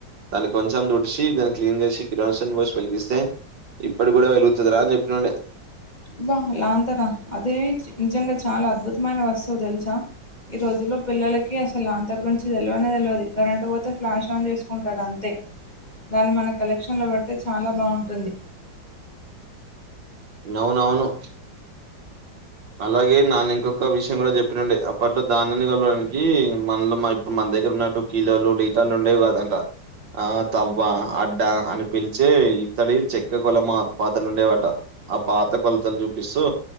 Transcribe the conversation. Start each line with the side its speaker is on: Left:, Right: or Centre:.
Right: దాన్ని కొంచం దుడిచి దాన్ని క్లీన్ చేసి కిరోసిన్ పోషి వెలిగిస్తే ఇప్పటిక్ గుడా వెలుగుతదిరా అన్ చెప్పినుండే
Left: అబ్బ లాంతరా అదే నిజంగా చాలా అద్భుతమైన వస్తువు తెల్సా ఈ రోజుల్లో పిల్లలకి అసల్ లాంతర్ గురించి తెల్వనే తెల్వది కరెంటు పోతే ఫ్లాష్ ఆన్ చేసుకుంటారు అంతే దాన్ని మన కలెక్షన్లో పెడ్తే చాలా బాగుంటుంది.
Right: అవునవును అలాగే నాన్న ఇంకొక విషయం గుడా చెప్పినుండే అప్పట్లో ధాన్యాన్ని కొలవడానికి మన్లు మ దగ్గర ఉన్నట్టు కీలోలు, డిటాలు ఉండేవి కాదంట. ఆ తవ్వ, అడ్డ అని పిలిచే ఇత్తడి చెక్క కులమా పాతలుండేవట ఆ పాత కొలతల్ చూపిస్తూ